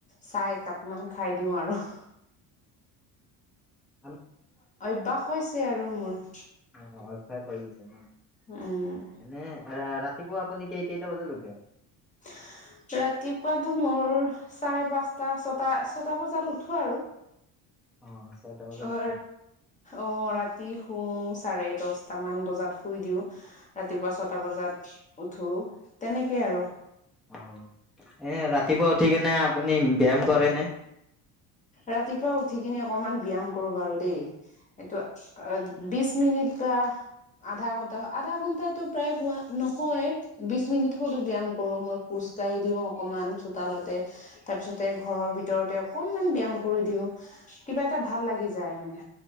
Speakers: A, on the left; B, in the centre.
A: চাহ একাপ মান খাই দিওঁ আৰু <inaudible>
B: উম
A: অভ্যয়াস হৈছে আৰু মোৰ <inaudible>
B: অ হৈ গৈছে ন
A: উম
B: এনে ৰাতিপুৱা আপুনি কি কেইটা বজাত উঠে
A: <unintelligible> ৰাতিপুৱাতো মোৰ চাৰে পাঁচটা ছটা ছটা বজাত উঠো আৰু
B: অ ছয়টা বজাত
A: অ
B: উঠে
A: অ ৰাতি শু চাৰে দটা মান বজাত শুই দিও ৰাতিপুৱা ছটা বজাত উঠো তেনেকে আৰু
B: অ এনে ৰাতিপুৱা উঠি কিনে আপুনি ব্যায়াম কৰে নে
A: ৰাতিপুৱা উঠি কিনি অকমান ব্যায়াম কৰো বাৰু দেই এইটোটো বিশছ মিনিট বা আধা ঘন্টা আধা ঘন্টাতটো প্ৰায় হুৱোৱা নহয় বিশ মিনিট হলো ব্যায়াম কৰো মই কোচ খোজ কাঢ়ি দি অকমান চোতালতে তাৰপিছৰ ভিতৰতে অকনমান ব্যয়ায়াম কৰি দিওঁ কিবা এটা ভাল লাগি যায় মানে